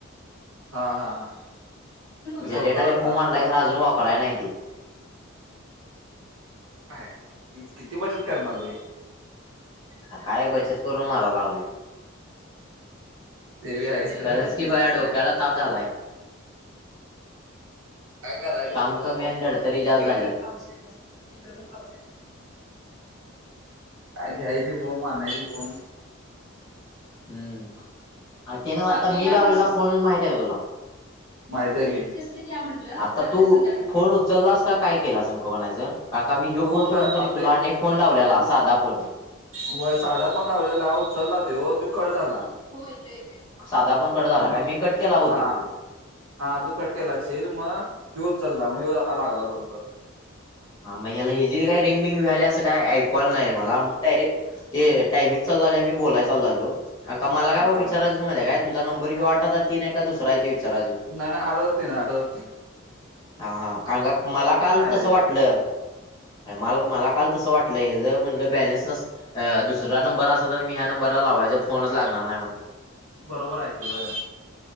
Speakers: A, on the right; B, on the left.
A: हा हा हा म्हणजे
B: जेलेट
A: स्वतः
B: आणि
A: जाता
B: फोम आणलाय
A: पण
B: खर अजून वापराय नाही ते
A: ह किती बचत करणारी आहे.
B: आ काय बचत करून मारा लावली ते
A: बी
B: चन
A: आहेच खरं
B: खरच की काय डोक्याला ताप झालाय
A: काय करायची
B: काम
A: बोंब
B: कमी आणि लढतरी
A: कुठे
B: जास्त झाल्यात
A: गेली
B: पाऊस आहे जास्त तिकडे पण पाऊस आहे
A: अ घयची बोब आणायची बोब
B: हम्म ते ना आता मी लावलेला फोन महिित आहे का तुला?
A: माहिती आहे की
B: व्यवस्थित या म्हणलं आता तू फोन उचललास काय केला नेमकं म्हणायचं? कारण का मी ह्यो
A: तू
B: फोन सोडून
A: आता
B: कणी तुला अनेक फोन लावलाा साधा फोन
A: होय साधा पण लाावलेला उचलला तो तो कट झाला
B: होय ते ते साधा पण कट झाला
A: आणि
B: काय
A: मग
B: मी कट केला बहुतेक
A: हा
B: तो
A: हा तू कट केला असीलल मग हिऊ चालला मग हिऊ लागला बरोबर
B: ह म ह्याला हे जे काही रिंगबिंग वले असं काय ऐकवायला नाही मला डायरेक्ट ते टायमिंग चाल झालं मी बोलाय चालू झालो अ मला काय
A: हा हा
B: विचारयच माध्ये्या काय तझ नंबर हि आठजार तीन आहे का दुसरा आहे ते विचारयच
A: नाही आठ हजार तीन आठ हजार तीन
B: हा हा कारण मला काल तसं
A: आहे त्यावर
B: वाटलं काय माल मला काल तसं वाटलं जर म्हटलं बॅलन्स नसल अ दुसरा्या नंबर अस आणि मी ह्या नंबरला लावायचं फोनच लागणार नाही म्हण
A: बरोबर आहे कि वय